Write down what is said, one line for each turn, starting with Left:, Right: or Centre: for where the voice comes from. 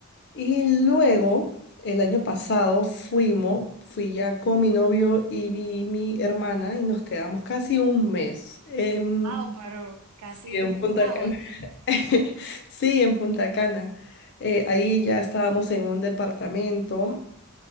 Left: Y luego, el año pasado fuimos, fui ya con mi novio y mi, mi hermana y nos quedamos casi un mes en,
Right: Wow, pero casi
Left: sí, en
Right: mudado
Left: Punta Cana.
Right: aquí.
Left: <laughs> Sí, en Punta Cana. Eh, ahí ya estábamos en un departamento